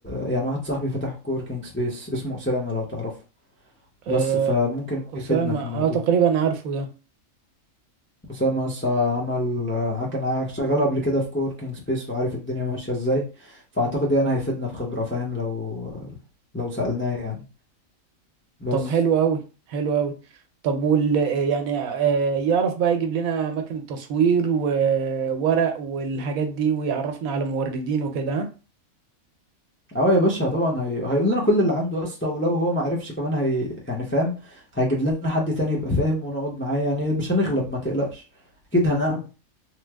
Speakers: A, on the left; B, on the right.
A: يعني واحد صاحبي فتح كوركينج سبيس اسمه اسامة لو تعرفه
B: أه
A: بس فممكن هو
B: أسامة
A: يفيدنا في
B: أه
A: الموضوع
B: تقريبا عارفه ده
A: أسامة لسه عمل آه، كان ع- شغال قبل كده في كوركينج سبيس وعارف الدنيا ماشية ازاي فأعتقد يعني هيفيدنا بخبرة فاهم لو لو سألناه يعني بس
B: طب حلو أوي حلو أوي طب وال يعني أه يعرف بقى يجيب لنا أماكن تصوير وورق والحاجات دي ويعرفنا على موردين وكده ها؟
A: اه يا باشا طبعا هي... هيقول لنا كل اللي عنده اصلا ولو هو ما عرفش كمان هي يعني فاهم هيجيب لنا حد تاني يبقى فاهم ونقعد معاه يعني مش هنغلب ما تقلقش اكيد هنعمل